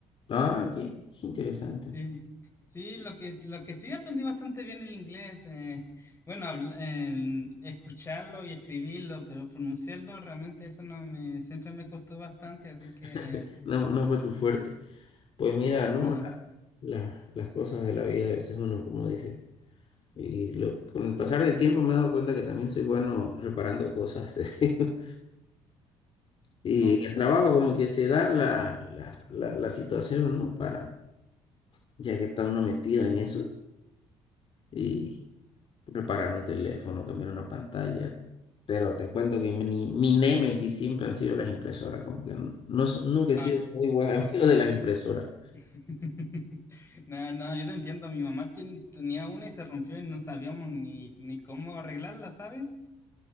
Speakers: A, on the left (about 50°); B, on the left (about 25°).
A: Ah, qué, qué interesante.
B: Sí, sí, Sí, lo que, lo que sí aprendí bastante bien el inglés, eh, bueno, habl- en escucharlo y escribirlo, pero pronunciarlo realmente eso no me, siempre me costó bastante, así que
A: <laughs> No, no fue tu fuerte. Pues mira, no,
B: ah,
A: la- la- las cosas de la vida a veces uno, como dice. Y lo- con el pasar del tiempo me he dado cuenta que también soy bueno reparando cosas, <laughs> te digo. Y
B: no,
A: en el trabajo como que se da la, la, la, la situación, ¿no? Para, ya que está uno metido en eso, y reparar un teléfono, cambiar una pantalla. Pero te cuento que mi, mi némesis siempre han sido las impresoras, como que no, no so- nunca he
B: no,
A: sido
B: no.
A: muy buen <laughs> amigo de las impresoras.
B: <laughs> No, no, yo te entiendo, mi mamá tien- tenía una y se rompió y no sabíamos ni, ni cómo arreglarla, ¿sabes?